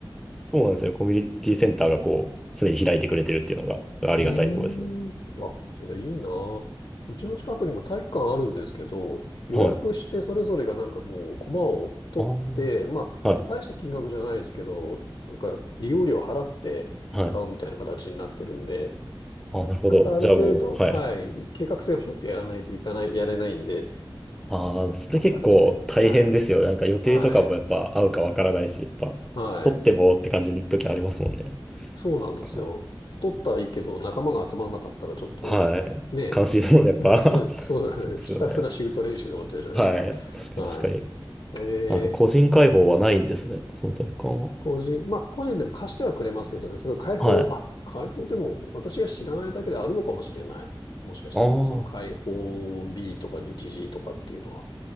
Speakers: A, in the centre; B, on the left.
A: そうなんですよ。コミュニティセンターがこう、常に開いてくれてるっていうのがありがたいところですね。
B: うーん。あ、それいいな。うちの近くにも体育館あるんですけど、予約してそれぞれがなんかもうコマを取って、
A: はい。ああ。
B: まあ、
A: はい。
B: 大した金額じゃないですけど、なんか利用料払って使うみたいな形になってるんで、
A: はい。あ、なるほど。
B: ちゃんとある程度、
A: じゃあもう、
B: はい、
A: はい。
B: 計画性を持ってやらないといかない、やれないんで、
A: ああ、それ結構大変ですよ。
B: なかなかですね。はい。
A: なんか予定とかもやっぱ合うかわからないし、
B: はい。
A: やっぱ、
B: はい。
A: 取ってもって感じの時ありますもんね。
B: そうなんですよ。
A: そっか。
B: 取ったはいいけど、仲間が集まんなかったらちょっと、
A: はい。
B: ね
A: 悲しいですもんね、やっぱ。
B: <laughs>
A: <laughs>
B: そうなんです。
A: そうですよね。
B: ひたすらシュート練習で終わっちゃうじゃないですか。
A: はい。確かに確かに。
B: はい。え
A: なんか個人解放はないんですね。
B: ー、
A: その体育館は。
B: 個人、まあ、個人でも貸してはくれますけどね、その開放、
A: はい。あ
B: あ、開放でも私が知らないだけであるのかもしれない。もしかしたら、
A: あ。
B: その開放 B とか日時とかっていうのは。